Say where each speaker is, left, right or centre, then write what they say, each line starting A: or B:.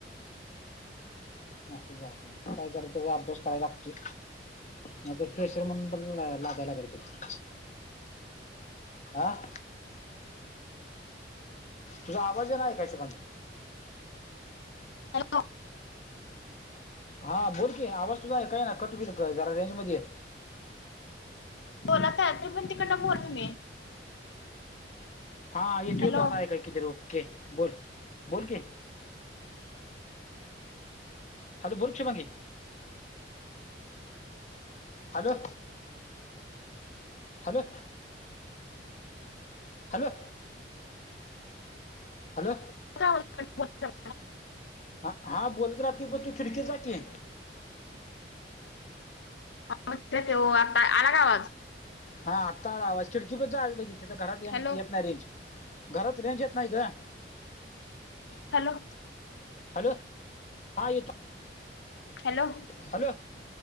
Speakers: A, on the left; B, on the left.
A: असं झालंय आता काय जरा त्याचा अभ्यास कराय लागतोय. नाहीतर फ्रेशर म्हणून तर लागाय लागायचं. आ तुझा आवाज ईना आयकाय शुभांगी.
B: हॅलो.
A: हा बोल की, आवाज तुझा आयकाय येणा कट होईल, जरा रेंज मध्ये ये.
B: बोलत आहे तरी पण तिकडन बोला तुम्ही.
A: हा येतू
B: हॅलो
A: तो आयकाय किती ओके. बोल बोल की. हॅलो, बोल Shubhangi. Hello hello hello hello
B: <unintelligible>
A: हा हा बोलत राहतूय पण तू खिडकी जाग की.
B: <unintelligible> आला का आवाज.
A: हा आत्ता आला आवाज. खिडकीपाशी जायच लगेच घरात
B: हॅलो
A: येत नाही रेंज. घरात रेंज येत नाही ग.
B: हॅलो
A: हॅलो हा येतोय.
B: हॅलो
A: हॅलो,